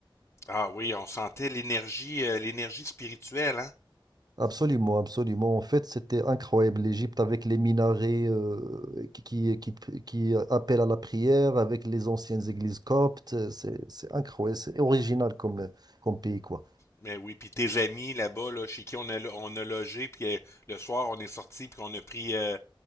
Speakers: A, on the left (about 30°); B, on the right (about 50°).
A: Ah oui, on sentait l'énergie, euh, l'énergie spirituelle, hein?
B: Absolument, absolument. En fait, c'était incroyable. L'Égypte avec les minarets euh, qui, qui, qui, qui appellent à la prière, avec les anciennes églises coptes. euh, C'est, c'est incroyable. C'est original comme, comme pays, quoi.
A: Mais oui, puis tes amis là-bas, là, chez qui on a, on a logé, puis euh, le soir on est sorti, puis on a pris euh,